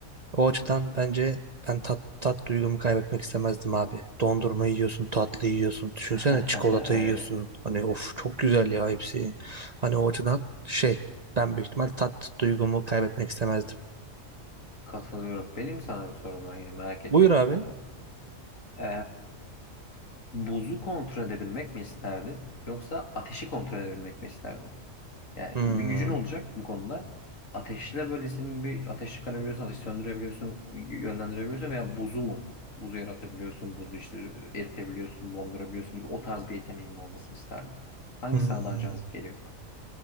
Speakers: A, on the right; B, on the left.
A: o açıdan bence ben tat tat duygumu kaybetmek istemezdim abi. Dondurma yiyorsun, tatlı yiyorsun. Düşünsene
B: <laughs>
A: çikolata
B: Evet.
A: yiyorsun. Hani of çok güzel ya hepsi. Hani o açıdan şey ben büyük ihtimal tat duygumu kaybetmek istemezdim.
B: Katılıyorum. Benim sana bir sorum var yine merak ettiğim
A: Buyur abi.
B: bir konu. Ee, buzu kontrol edebilmek mi isterdin yoksa ateşi kontrol edebilmek mi isterdin? Yani
A: Hmm.
B: bir gücün olacak bu konuda. Ateşle böyle senin gibi ateş çıkarabiliyorsun, ateş söndürebiliyorsun, yönlendirebiliyorsun veya buzu mu? Buzu yaratabiliyorsun, buzu işte eritebiliyorsun, dondurabiliyorsun gibi o tarz bir yeteneğin olmasını isterdim. Hangisi
A: Hmm.
B: sana daha cazip geliyor?